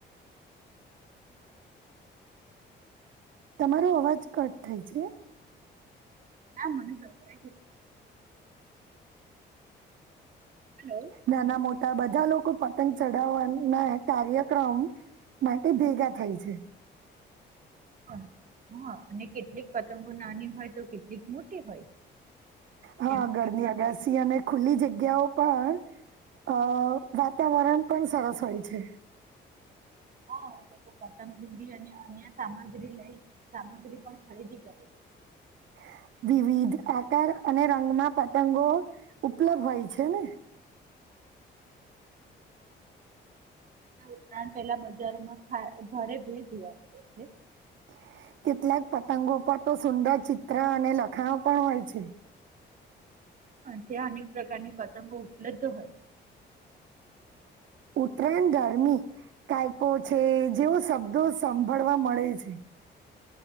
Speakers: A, on the right; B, on the right.
A: તમારો અવાજ કટ થાય છે
B: ના મને સભરાય છે હલો
A: નાના મોટા બધા લોકો પતંગ ચડાવવાના કાર્યક્રમ માટે ભેગા થાય છે
B: હ હા અને કેટલીક પતંગો નાની હોય તો કેટલીક મોટી હોય
A: હા
B: તેમાં
A: ઘરની
B: પણ
A: અગાસી
B: પતંગ
A: અને ખુલ્લી જગ્યાઓ પણ અ વાતાવરણ પણ સરસ હોય છે
B: હા લોકો પતંગ દૂરી અને અન્ય સામગ્રી લઈ સામગ્રી પણ ખરીદી કરે
A: <inaudible> વિવિધ આકાર અને રંગમાં પતંગો ઉપલબ્ધ હોય છે ને <inaudible>
B: ઉતરાયણ પેલા બજારમાં ઘરે ભીડ જોવા મળે છે
A: <inaudible> કેટલાક પતંગો પર તો સુંદર ચિત્ર અને લખાણો પણ હોય છે
B: હ ત્યાં અનેક પ્રકારની પતંગો ઉપલબ્ધ હોય
A: ઉત્તરાયણ ધર્મી કાઈપો છે જેવો શબ્દો સંભળવા મળે છે